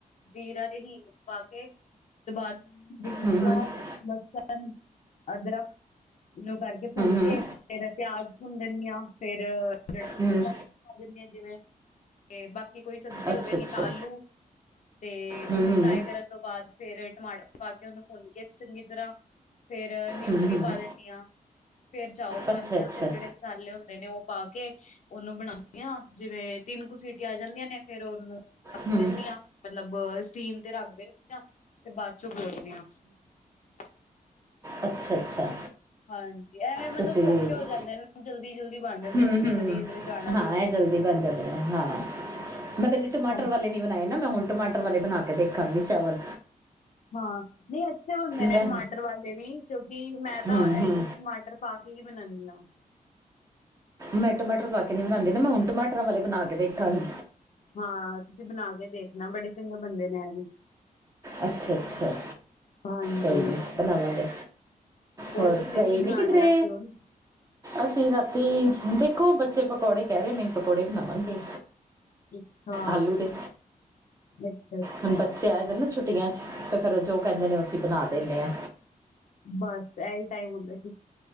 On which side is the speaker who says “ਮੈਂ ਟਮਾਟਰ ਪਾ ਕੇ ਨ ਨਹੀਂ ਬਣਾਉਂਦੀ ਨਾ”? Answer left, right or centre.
Right